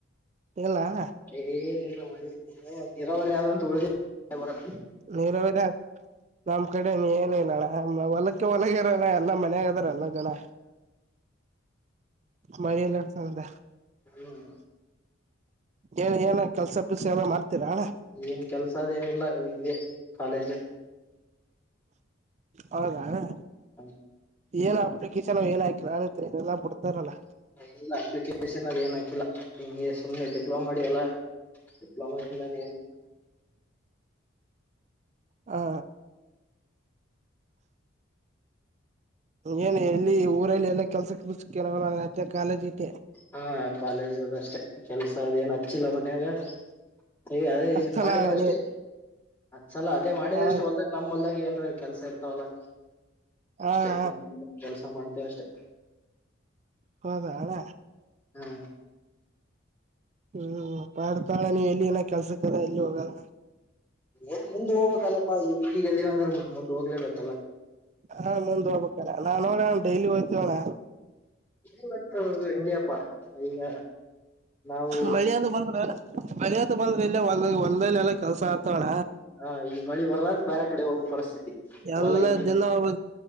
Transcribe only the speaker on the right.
ಇಲ್ಲ ಅಣ್ಣ.
ನೀರರೊಳಗ. ನಮ್ ಕಡೆ ಏನ ಇಲ್ಲಣ್ಣ ಹೊಲಕ್ಕೆ ಹೊಲಗ ಇರಣ ಎಲ್ಲಾ ಮನೆಗದಾರ ಎಲ್ಲ ಮಳಿ ಇಲ್ಲಾ. ಹೌದ
ಏನ್ ಏನ ಕೆಲ್ಸ ಪೀಲ್ಸ ಎಲ್ಲ ಮಾಡ್ತೀರಾ ಅಣ.
ಹೌದಾ ಅಣ್ಣಾ.
ಏನ್ ಅಪ್ಲಿಕೇಶನ್ ಏನ್ ಹಾಕಿನಲ್ಲ ಬಿಡ್ತಾರಲ್ಲ.
ಹಾ ಏನು ಎಲ್ಲಿ ಊರಲ್ಲಿ ಎಲ್ಲಾ ಕೆಲ್ಸ ಕೆಲ್ಸ ಕಾಲೇಜ್ ಇದ್ದೆ.
ಹಚ್ಚಲ
ಅಣನಿ
ಹ
ಹಣ
ಹೌದಾ ಅಣ್ಣ
ಹ್ಮ್ ಪಾಡ್ತಾಳ ನೀ ಎಲ್ಲಿ ಏನ ಕೆಲ್ಸಕ್ಕರ ಎಲ್ಲಿ ಹೋಗಲ್ಲ.
ಹಾ ಮುಂದ್ ಹೋಗ್ಬೇಕಣ ನಾ ನೋಡೋಣ ಡೈಲಿ ಹೋಗ್ತವಣ.
ಮಳಿಯದು ಬಂದ್ರ ಮಳಿಯದು ಬಂದ್ರ ಇಲ್ಲ ಒಂದ ಹೊಲದಲ್ಲಿ ಎಲ್ಲ ಕೆಲ್ಸ ಆತಣ.
ಎಲ್ಲ
ದಿನ ಹೋಗ